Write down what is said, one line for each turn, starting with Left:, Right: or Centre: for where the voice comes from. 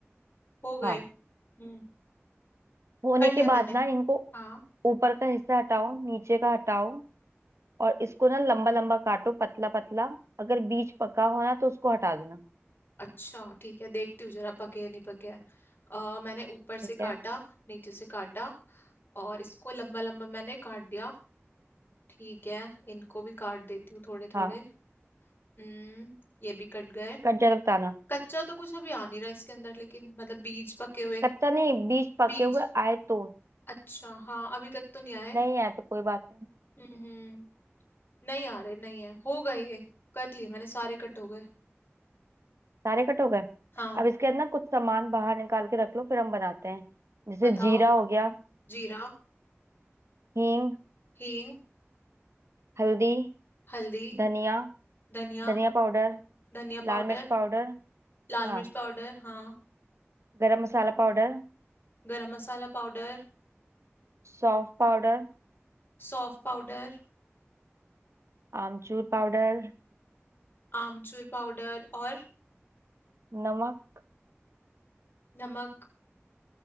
Left: हो गए
Right: हाँ
Left: हम्म
Right: होने
Left: कर लिया
Right: के बाद
Left: मैंने
Right: ना इनको
Left: हाँ
Right: ऊपर का हिस्सा हटाओ नीचे का हटाओ और इसको ना लंबा लंबा काटो पतला पतला अगर बीज पका हो ना तो उसको हटा देना
Left: अच्छा ठीक है देखती हूँ जरा पके है नहीं पके है अ, मैंने ऊपर
Right: ठीक
Left: से काटा
Right: है
Left: नीचे से काटा और इसको लंबा लंबा मैंने काट दिया ठीक है इनको भी काट देती हूँ थोड़े थोड़े
Right: हाँ
Left: हम्म ये भी कट गए
Right: कट जाए तो बताना
Left: कच्चा तो कुछ अभी आ नहीं रहा इसके अंदर लेकिन मतलब बीज पके हुए
Right: कच्चा नहीं बीज पके
Left: बीज
Right: हुए आए तो
Left: अच्छा हाँ अभी तक तो नहीं आए
Right: नहीं आए तो कोई बात
Left: हम्म नहीं आ रहे नहीं है हो गए ये कर लिए मैंने सारे कट हो गए
Right: सारे कट हो गए
Left: हाँ
Right: अब इसके अंदर ना कुछ सामान बाहर निकाल के रख लो फिर हम बनाते हैं जैसे
Left: बताओ
Right: जीरा हो गया
Left: जीरा
Right: हींग
Left: हींग
Right: हल्दी
Left: हल्दी
Right: धनिया
Left: धनिया
Right: धनिया पाउडर
Left: धनिया पाउडर
Right: लाल मिर्च पाउडर
Left: लाल
Right: हाँ
Left: मिर्च पाउडर हाँ
Right: गरम मसाला पाउडर
Left: गरम मसाला पाउडर
Right: सौंफ पाउडर
Left: सौंफ पाउडर
Right: आमचूर पाउडर
Left: आमचूर पाउडर और
Right: नमक
Left: नमक